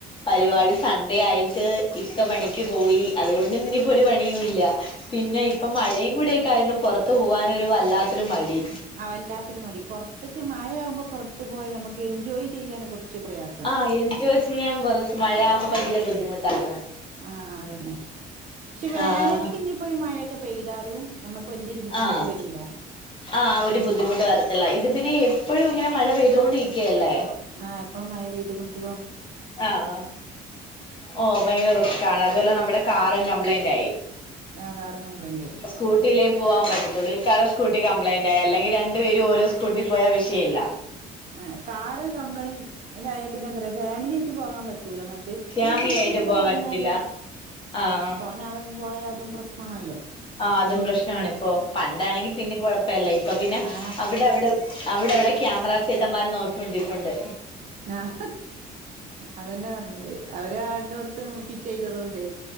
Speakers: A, on the left (about 30°); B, on the right (about 50°).
A: പരിവാടി സൺണ്ടേ ആയിട്ട് ഇക്ക പണിക്ക് പോയി, അതുകൊണ്ട് ഇന്നിനിപ്പൊരു പണിയൂല്ല. പിന്നെ ഇപ്പം മഴയും കൂടെയൊക്കെയായോണ്ട് പുറത്തു പോകാനൊരു വല്ലാത്തൊരു മടി.
B: ആ വല്ലാത്തൊരു മടി. പൊറത്ത്ക്ക് മഴ ആകുമ്പോ പൊറത്തു പോയി ഞമ്മക്ക് എൻജോയ് ചെയ്യാന് കുറച്ച് പ്രയാസ
A: ആഹ് എൻജോയ് ചെയ്യാൻ കൊറച്ച് മഴയാവുമ്പോ ഭയങ്കര ബുദ്ധിമുട്ടാണ്.
B: ആ ആഹ് അതന്നെ. പക്ഷെ വേനൽക്ക്
A: ആഹ്
B: ഇനിപ്പൊരു മഴയൊക്കെ പെയ്താലും നമ്മക്ക് വല്ല്യോരു ബുദ്ധിമുട്ട്
A: ആഹ്
B: വരൂല.
A: ആഹ് ഒരു
B: അത്
A: ബുദ്ധിമുട്ട് വരത്തില്ല. ഇത് പിന്നെ എപ്പഴും ഇങ്ങനെ മഴ പെയ്തോണ്ടിക്കല്ലേ?
B: ആഹ് എപ്പഴും മഴപെയ്ത് കൊണ്ടി
A: ആഹ്, ഓഹ് ഭയങ്കര റിസ്ക്കാണ് അതോല്ല നമ്മടെ കാറും കംപ്ലൈന്റായി.
B: ആഹ് കാറ് കംപ്ലൈയിന്റായി.
A: സ്കൂട്ടിയിലേ പോവാൻ പറ്റത്തൊള്ളൂ. ഇക്കാടെ സ്കൂട്ടി കംപ്ലയിന്റായി. അല്ലെങ്കി രണ്ടുപേരും ഓരോ സ്കൂടീ പോയാ വിഷയല്ല.
B: ആഹ് കാറ് കംപ്ലയിന്റ് ആയ പിന്നെന്താറിയോ ഫാമിലിയായിട്ട് പോകാൻ പറ്റൂല മറ്റേ സ്കൂട്ടിമ്മല്ന്ന്
A: ഫാമിലി ആയിട്ട് പോവാൻ
B: പറഞ്ഞാല്
A: പറ്റത്തില്ല ആഹ്
B: തോനാളൊപ്പം പോയാ അതും പ്രശ്നാണല്ലോ?
A: ആഹ് അതും പ്രശ്നാണിപ്പൊ. പണ്ടാണെങ്കി പിന്നീ കൊഴപ്പല്ല. ഇപ്പൊ പിന്നെ
B: ആ
A: അവടെവടെ അവിടെവടെ ക്യാമറ ചേട്ടന്മാര് നോക്കീകൊണ്ടിരിപ്പുണ്ട്.
B: ആഹ് അതന്നെ പറഞ്ഞതെ അവര് എല്ലോട്ത്തും ഫിറ്റയ്തതോണ്ടേ